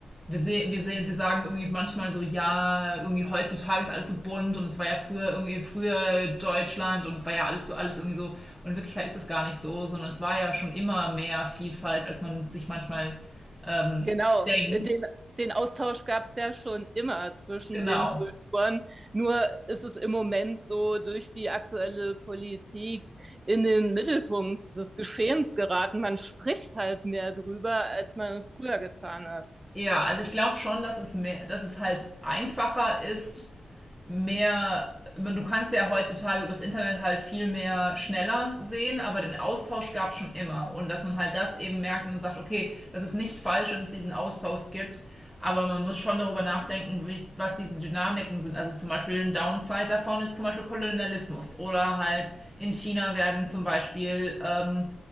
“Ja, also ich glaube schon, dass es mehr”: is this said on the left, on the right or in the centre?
Centre